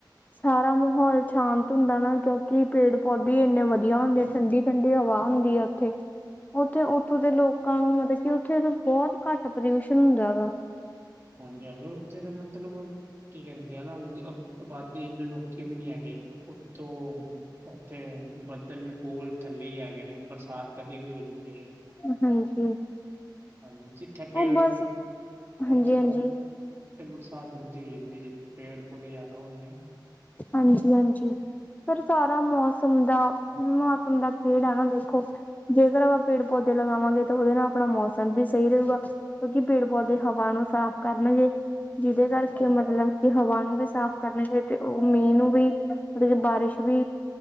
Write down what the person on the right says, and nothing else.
ਹਾਂਜੀ-ਹਾਂਜੀ, ਉੱਥੇ ਤੇ ਮਤਲਬ ਕੀ ਕੈੰਦੇ ਐ ਨਾ ਉਝ ਅ ਅਬਾਦੀ ਇਨੇ ਲੋਕੀ ਵੀ ਨੀ ਹੈਗੇ, ਉਤੋਂ ਓਥੇ, ਬੱਦਲ ਵੀ ਕੋਲ ਥੱਲੇ ਈ ਹੈਗੇ ਨੇ, ਬਰਸਾਤ ਕਦੇ ਵੀ ਹੋ ਜਾਂਦੀ ਏ,
ਹਾਂਜੀ, ਜਿੱਥੇ ਪੇੜ
ਪੋ
ਓਥੇ ਬ
ਫੇਰ ਬਰਸਾਤ ਰੂੰਦੀ ਰੈੰਦੀ ਏ ਜਿੱਥੇ ਪੇੜ-ਪੌਦੇ ਜਿਆਦਾ ਹੋਣਗੇ ਨਾ।